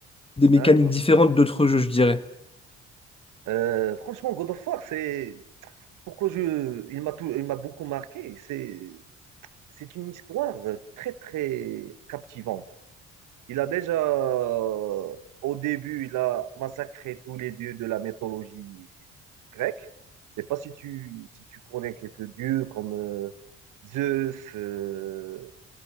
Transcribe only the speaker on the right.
d'accord.
Euh, franchement, God of War, c'est pourquoi je, il m'a tout- il m'a beaucoup marqué. C'est, c'est une histoire très très captivante. Il a déjà, euh, au début, il a massacré tous les dieux de la mythologie grecque. Je sais pas si tu, si tu connais quelques dieux comme euh, Zeus, euh,